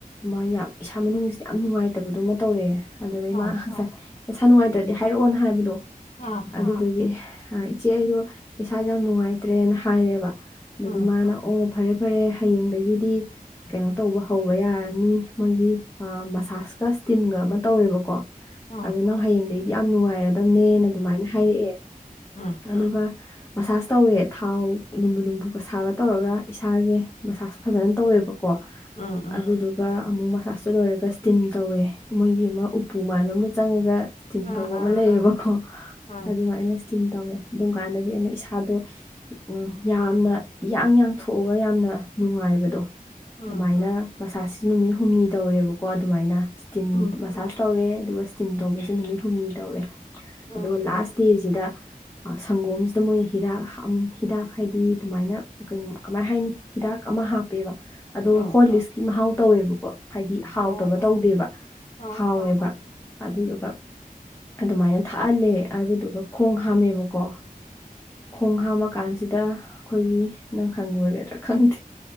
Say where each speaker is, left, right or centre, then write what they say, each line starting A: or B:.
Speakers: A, on the left; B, on the left.
A: ꯃꯥ ꯌꯥꯝ ꯏꯁꯥ ꯃꯅꯨꯡꯁꯤꯗ ꯌꯥꯝ ꯅꯨꯡꯉꯥꯏꯇꯕꯗꯨꯃ ꯇꯧꯔꯛꯑꯦ ꯑꯗꯨꯗꯩ
B: ꯑꯥ
A: ꯃꯥ ꯉꯁꯥꯏ ꯃꯁꯥ ꯅꯨꯡꯉꯥꯏꯇ꯭ꯔꯗꯤ ꯍꯥꯏꯔꯛꯑꯣꯅ ꯍꯥꯏꯕꯗꯣ
B: ꯑꯥ
A: ꯑꯗꯨꯗꯨꯒꯤ
B: ꯑꯥ
A: ꯏꯆꯦ ꯑꯩꯗꯣ ꯏꯁꯥꯥꯖꯦ ꯌꯥꯝ ꯅꯨꯡꯉꯥꯏꯇ꯭ꯔꯦꯅ ꯍꯥꯏꯔꯦꯕ ꯑꯗꯨꯗꯤ
B: ꯎꯝ
A: ꯃꯥꯅ ꯑꯣ ꯐꯔꯦ -ꯐꯔꯦ ꯍꯌꯦꯡꯗꯒꯤꯗꯤ ꯀꯩꯅꯣ ꯇꯧꯕ ꯍꯧꯕ ꯌꯥꯔꯅꯤ ꯃꯣꯏꯒꯤ ꯃꯁꯥꯁꯀ ꯁ꯭ꯇꯤꯝꯒ ꯑꯃ ꯇꯧꯋꯦꯕꯀꯣ
B: ꯑꯥ
A: ꯑꯗꯨ ꯅꯪ ꯍꯌꯦꯡꯗꯒꯤꯗꯤ ꯌꯥꯝ ꯅꯨꯡꯉꯥꯏꯔꯗꯝꯅꯦꯅ ꯑꯗꯨꯃꯥꯏꯅ ꯍꯥꯏꯔꯛꯑꯦ
B: ꯎꯝ
A: ꯑꯗꯨꯒ ꯃꯁꯥꯁ ꯇꯧꯋꯦ ꯊꯥꯎ ꯂꯨꯝꯕꯨ ꯂꯨꯝꯕꯨꯒ ꯁꯥꯕ ꯇꯧꯔꯒ ꯏꯁꯥꯁꯦ ꯃꯁꯥꯁ ꯐꯖꯅ ꯇꯧꯋꯦꯕꯀꯣ ꯀꯣ
B: ꯎꯝ ꯎꯝ
A: ꯑꯗꯨꯗꯨ ꯑꯗꯨꯒ ꯑꯃꯨꯛ ꯃꯁꯥꯥꯁꯇꯨ ꯂꯣꯏꯔꯒ ꯏꯁꯇꯤꯝ ꯇꯧꯋꯦ ꯃꯣꯏꯒꯤ ꯑꯃ ꯎꯄꯨ ꯃꯥꯟꯕ ꯑꯃꯝꯗ ꯆꯪꯉꯒ ꯏꯁꯇꯤꯝ
B: ꯑꯥ
A: ꯇꯧꯕ ꯑꯃ
B: ꯑꯥ
A: ꯂꯩꯌꯦꯕꯀꯣ
B: ꯑꯥ
A: ꯑꯗꯨꯃꯥꯏꯅ ꯏꯁꯇꯤꯝ ꯇꯧꯋꯦ ꯑꯗꯨꯝꯀꯥꯟꯗꯗꯤ ꯑꯃꯩ ꯏꯁꯥꯗꯣ ꯎ ꯌꯥꯝꯅ ꯏꯌꯥꯡ ꯌꯥꯡꯊꯣꯛꯑꯒ ꯌꯥꯝꯅ ꯅꯨꯡꯉꯥꯏꯕꯗꯣ
B: ꯎꯝ
A: ꯑꯗꯨꯃꯥꯏꯅ ꯃꯁꯥꯖꯁꯤ ꯅꯨꯃꯤꯠ ꯍꯨꯝꯅꯤ ꯇꯧꯔꯦꯕꯀꯣ ꯑꯗꯨꯃꯥꯏꯅ ꯏꯁꯇꯤꯝ
B: ꯎꯝ
A: ꯃꯁꯥꯖ ꯇꯧꯔꯦ ꯑꯗꯨꯒ ꯁ꯭ꯇꯤꯝ ꯇꯧꯕꯁꯦ ꯅꯨꯃꯤꯠ ꯍꯨꯝꯅꯤ ꯇꯧꯔꯦ
B: ꯎꯝ
A: ꯑꯗꯨꯒ ꯂꯥꯁ ꯗꯦꯁꯤꯗ ꯁꯪꯒꯣꯝꯁꯤꯗ ꯃꯣꯏꯅ ꯍꯤꯗꯥꯛ- ꯍꯤꯗꯥꯛ ꯍꯥꯏꯗꯤ ꯑꯗꯨꯃꯥꯏꯅ ꯀꯩꯅꯣ ꯀꯃꯥꯏ ꯍꯥꯏꯅꯤ ꯍꯤꯗꯥꯛ ꯑꯃ ꯍꯥꯞꯄꯦꯕ ꯑꯗꯨꯒ
B: ꯎꯝ
A: ꯍꯣꯔꯂꯤꯁꯀꯤ ꯃꯍꯥꯎ ꯇꯧꯋꯦꯕꯀꯣ ꯍꯥꯏꯗꯤ ꯍꯥꯎꯇꯕ
B: ꯑꯣ
A: ꯇꯧꯗꯦꯕ
B: ꯑꯥ
A: ꯍꯥꯎꯋꯦꯕ
B: ꯑꯥ
A: ꯑꯗꯨꯗꯨꯒ ꯑꯗꯨꯃꯥꯏꯅ ꯊꯥꯛꯍꯜꯂꯦ ꯑꯗꯨꯗꯨꯒ ꯈꯣꯡ ꯍꯥꯝꯃꯦꯕꯀꯣ ꯈꯣꯡ ꯍꯥꯝꯃꯀꯥꯟꯁꯤꯗ ꯑꯩꯈꯣꯏꯒꯤ ꯅꯪ ꯍꯪꯉꯣꯏꯒꯗ꯭ꯔꯥ ꯈꯪꯗꯦ